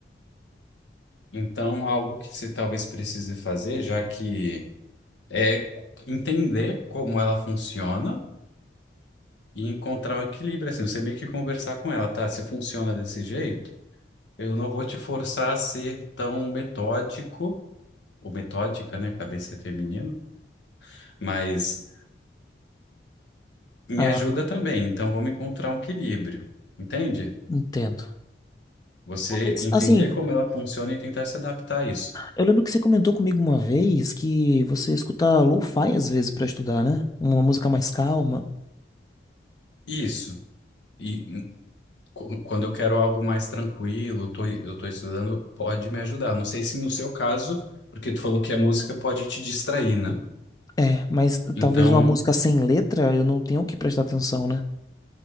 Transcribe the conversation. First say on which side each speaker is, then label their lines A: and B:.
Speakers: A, on the left; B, on the left.
A: Então, algo que você talvez precise fazer, já que é entender como ela funciona e encontrar um equilíbrio, assim, você meio que conversar com ela, tá? Se funciona desse jeito, eu não vou te forçar a ser tão metódico, ou metódica, né? Cabeça é feminino, mas me
B: Ah,
A: ajuda também, então vamos encontrar um equilíbrio, entende?
B: entendo.
A: Você
B: Mas,
A: entender
B: assim,
A: como ela funciona e tentar se adaptar a isso.
B: eu lembro que você comentou comigo uma vez que você escuta lo-fi às vezes pra estudar, né? Uma música mais calma.
A: Isso. E hum, qu- quando eu quero algo mais tranquilo, tô- eu tô estudando, pode me ajudar. Não sei se no seu caso, porque tu falou que a música pode te distrair, né?
B: É, mas
A: Então,
B: talvez uma música sem letra eu não tenha o que prestar atenção, né?